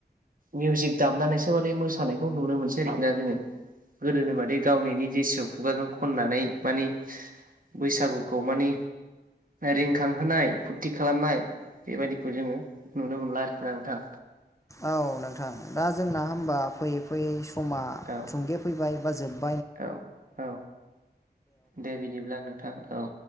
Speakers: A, on the right (about 50°); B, on the left (about 20°).
A: मिउजिक दामनानैसो मानि मोसानायखौ नुनो मोनसै आरोखि ना जोङो गोदोनो बादि गावनि निजिस खुगाजों खननानै मानि बैसागुखौ मानि रिंखांहोनाय फुरथि खालामनाय बेबायदिखौ जोङो नुनो मोनला आरोखि नोंथां।
B: औ नोंथां दा जोंना होमबा फैयै फैयै समा
A: औ
B: थुंगे फैबाय बा जोब
A: औ औ दे बिदिब्ला नोंथां औ।